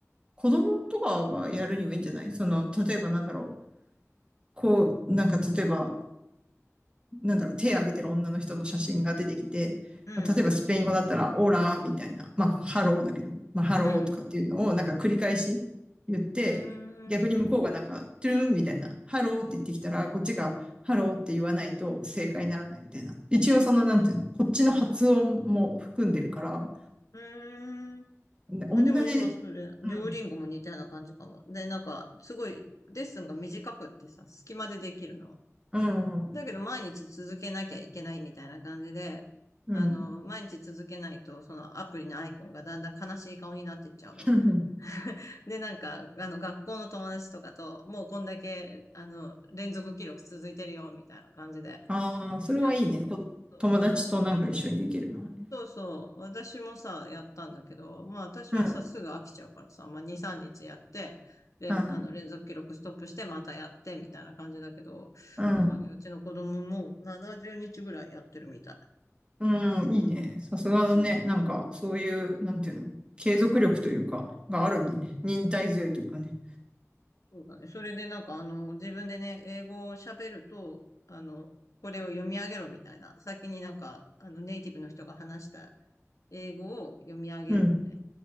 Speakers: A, on the right; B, on the left.
A: 子供とかがやるにはいいんじゃないその、例えばなんだろう。こう、なんか例えばなんだろう、手を挙げてる女の人の写真が出てきて、
B: うん。
A: まあ例えばスペイン語だったら、オーラーみたいな、まあ、ハローだけど、まあ、ハローとかっていうのをなんか繰り返し言って、
B: うん。うーん。
A: 逆に向こうがなんか、トゥルンみたいな、ハローって言ってきたら、こっちがハローって言わないと正解にならないみたいな。一応その、なんていうの、こっちの発音も含んでるから、
B: うーん。
A: ね同じ、
B: まあでも今それ、両リンゴも似たような感じかも。
A: うん、
B: で、なんか、すごい、レッスンが短くってさ、隙間でできるの。
A: うん、
B: だけど毎日続けなきゃいけないみたいな感じで、
A: うん、
B: あの、
A: うん。
B: 毎日続けないと、そのアプリのアイコンがだんだん悲しい顔になってっちゃうの。
A: <laughs>
B: <laughs> で、なんか、あの、学校の友達とかと、もうこんだけ、あの、連続記録続いてるよ、みたいな感じで、
A: ああ、それはいいね。
B: やってて。
A: こ友達となんか一緒にできるのはね。
B: そうそうそう。私もさ、やったんだけど、まあ私はさ、
A: うん、
B: すぐ飽きちゃうからさ、まあ2、3日やって、連、
A: うん、
B: あの、連続記録ストップして、またやって、みたいな感じだけど、
A: うん。
B: だからね、うちの子供も70日ぐらいやってるみたい。
A: うん、いいね。さすがだね。
B: そうなの
A: なんか、そういう、なんていうの、継続力というか、があるんだね。
B: そうそう、
A: 忍耐強いというかね。
B: そうだね。それでなんかあの、自分でね、英語を喋ると、あの、これを読み上げろみたいな、先になんか、あの、ネイティブの人が話した英語を読み上げるのね。
A: うん、